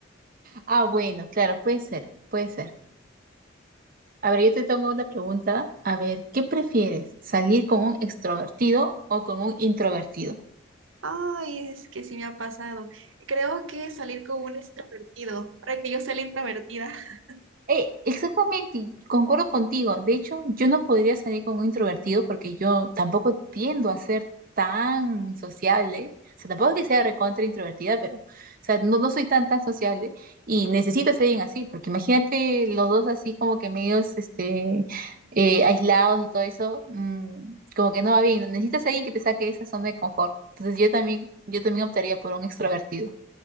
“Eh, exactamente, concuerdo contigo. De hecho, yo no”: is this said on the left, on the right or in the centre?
Right